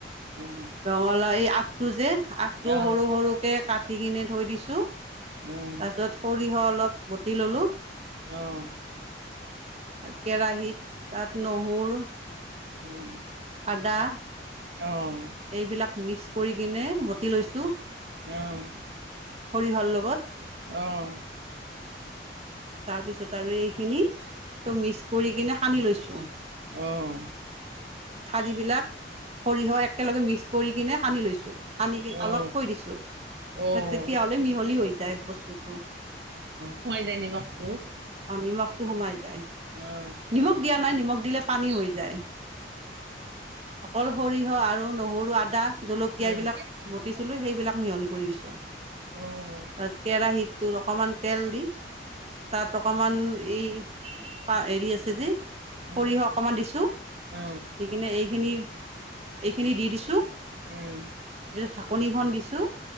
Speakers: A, on the right; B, on the right.
A: উম
B: ৰঙালাও এই আগটো যে, আগটো
A: আহ
B: সৰু সৰুকে কাটি কিনে থৈ দিছো তাৰপিছত
A: উম
B: সৰিহ হ অলপ বতি ললো
A: অঁ <inaudible>
B: ত কেৰাহীত তাত নহৰ
A: উম।
B: আদা
A: অঁ
B: এইবিলাক মিক্স কৰি কিনে বটি লৈছোঁ।
A: অঁ
B: সৰিহৰ লগত
A: অ'।
B: তাৰপিছত আৰু এইখিনি ত' মিক্স কৰি কিনে সানি লৈছো।
A: অ'।
B: ঠাৰিবিলাক সৰিয়হ একেলগে মিক্স কৰি কিনে সানি লৈছো, সানি কিনে
A: অ অ
B: অলপ থৈ দিছো
A: অ
B: তেতিয়াহ'লে মিহলি হৈ যায় বস্তুটো,
A: সোমাই যায় নিমখটো
B: তাৰিত নিমখ টো সোমায় যায়,
A: অ
B: নিমখ দিয়া নাই, নিমখ দিলে পানী হৈ যায়। অকল সৰিয়হ আৰু নহৰু আদা জলকীয়
A: উম
B: এইবিলাক বটিছিলোঁ সেইবিলাক মিহলি কৰি দিছোঁ তাত
A: অ উম
B: কেৰাহীটোত অকণমান তেল দি তাত অকণমান এই আ হেৰি আছে যে সৰিয়হ
A: উম
B: অকণমান দিছোঁ।
A: অ
B: দি কিনে এইখিনি এইখিনি দি দিছো।
A: উম।
B: ঢাকনিখন দিছো ছো